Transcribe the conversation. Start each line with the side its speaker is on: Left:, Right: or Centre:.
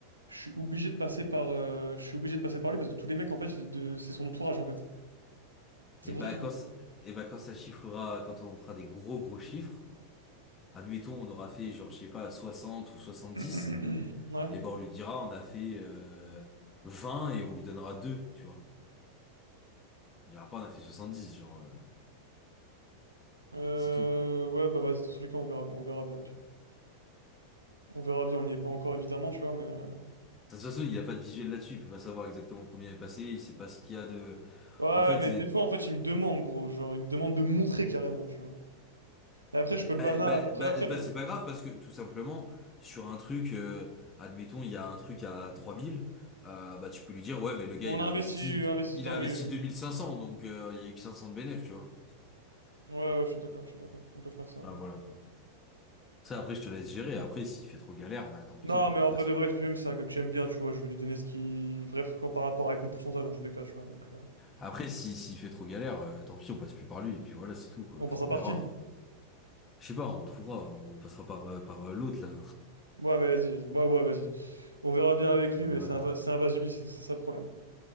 Right: je suis obligé de passer par, euh, je suis obligé de passer par lui parce que tous les mecs en fait, je les- de- c'est son entourage en fait. C'est
Left: Et
Right: pour
Left: bah,
Right: ça qu'il
Left: quand,
Right: faut.
Left: et bah, quand ça chiffrera, quand on fera des gros gros chiffres, Admettons, on aura fait, genre, je sais pas, 60 ou 70,
Right: <clears throat> Ouais.
Left: et ben on lui dira, on a fait euh, 20 et on lui donnera 2, tu vois. On dira pas, on a fait 70, genre, euh,
Right: Euh,
Left: c'est tout. quoi.
Right: ouais, bah vas-y, dans tous les cas, on verra bien, on verra bien, au pire. On verra bien, on n'y est pas encore, évidemment, tu vois, mais... euh,
Left: De toute façon, il a pas de visuel là-dessus, il peut pas savoir exactement combien est passé, il sait pas ce qu'il y a de...
Right: Ouais,
Left: En fait,
Right: mais
Left: c'est...
Right: des fois, en fait, il me demande, gros, genre, il me demande de montrer carrément, tu vois. Et après, je peux
Left: Bah,
Right: le bana...
Left: bah,
Right: Après,
Left: bah,
Right: après,
Left: bah,
Right: de-
Left: c'est pas grave, parce que, tout simplement, sur un truc, euh, admettons, il y a un truc à 3000, euh, bah tu peux lui dire, ouais, mais le gars,
Right: on
Left: il
Right: a
Left: a investi...
Right: investi, investi
Left: Il
Right: tant,
Left: a investi
Right: oui, oui.
Left: deux mille cinq cents donc euh, il y a eu que 500 de bénéf, tu vois.
Right: oui. Ouais, ouais, je suis d'accord, je suis d'accord, on peut faire ça,
Left: Bah
Right: ouais.
Left: voilà, quoi. Ça, après, je te laisse gérer. Après, s'il fait trop galère, bah tant pis,
Right: Non,
Left: on
Right: mais en
Left: passe.
Right: vrai de vrai, puis même, c'est un gars que j'aime bien, tu vois, je vais lui donner ce qui... Bref, quoi, par rapport avec mon pourcentage, dans tous les cas, tu vois, donc... euh,
Left: Après, si s'il fait trop galère, euh, tant pis, on passe plus par lui. Et puis voilà, c'est tout, quoi.
Right: On
Left: Enfin,
Right: passe à
Left: on
Right: par
Left: verra.
Right: qui?
Left: Je sais pas, on trouvera. On passera par, euh, par euh, l'autre, là.
Right: Ouais, mais vas-y, vas-y, ouais, ouais, vas-y. On verra bien avec lui,
Left: On
Right: mais
Left: verra
Right: c'est
Left: bien.
Right: un, va- c'est un Vasubis, c'est c'est ça le problème.